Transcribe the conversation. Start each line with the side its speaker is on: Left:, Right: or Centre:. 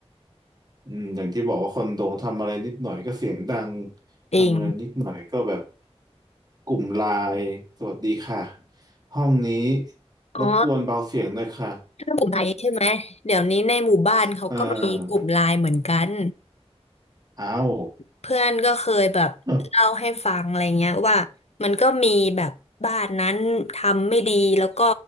Right: อืมอย่างที่บอกว่าคอนโดทำอะไรนิดหน่อยก็เสียงดัง
Left: จริง
Right: ทำอะไรนิดหน่อยก็แบบกลุ่มไลน์สวัสดีค่ะห้องนี้
Left: อ๋อ
Right: รบกวนเบาเสียงหน่อยค่ะ
Left: ถ้ากลุ่มไลน์ใช่ไหมเดี๋ยวนี้ในหมู่บ้านเขาก็มีกลุ่มไลน์เหมือนกัน
Right: <laughs> เอออ้า <laughs> ว
Left: เพื่อนก็เคยแบบเล่าให้ฟังอะไรเงี้ยว่ามันก็มีแบบบ้านนั้นทำไม่ดีแล้วก็
Right: อ